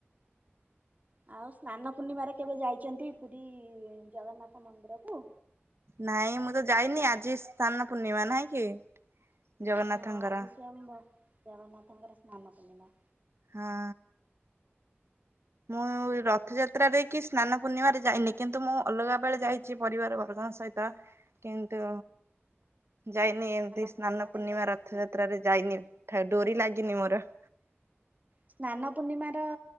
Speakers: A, on the right; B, on the right.
A: ଆଉ ସ୍ନାନ ପୂର୍ଣ୍ଣିମାରେ କେବେ ଯାଇଚନ୍ତି ପୁରୀ ଜଗନ୍ନାଥ ମନ୍ଦିର କୁ?
B: ନାଇଁ ମୁଁ ତ ଯାଇନି ଆଜି ସ୍ଥାନ ପୂର୍ଣ୍ଣିମା ନାଇଁ କି? ଜଗନ୍ନାଥଙ୍କର।
A: ହଁ ଆଜି ସ୍ଵୟଂ ଜଗନ୍ନାଥଙ୍କର ସ୍ନାନ ପୂର୍ଣ୍ଣିମା।
B: ହଁ। ମୁଁ ରଥଯାତ୍ରାରେ କି ସ୍ନାନ ପୂର୍ଣ୍ଣିମାରେ ଯାଇନି କିନ୍ତୁ ମୁଁ ଅଲଗା ବେଳେ ଯାଇଚି ପରିବାର ବର୍ଗ ଙ୍କ ସହିତ କିନ୍ତୁ ଯାଇନି ଏମିତି ସ୍ନାନ
A: ପୂର୍ଣ୍ଣିମାରେ
B: ପୂର୍ଣ୍ଣିମା
A: ଯାଇନାହାନ୍ତି।
B: ରଥଯାତ୍ରାରେ ଯାଇନି ଠା ଡୋରି ଲାଗିନି ମୋର। <inaudible>
A: ସ୍ନାନ ପୂର୍ଣ୍ଣିମା ର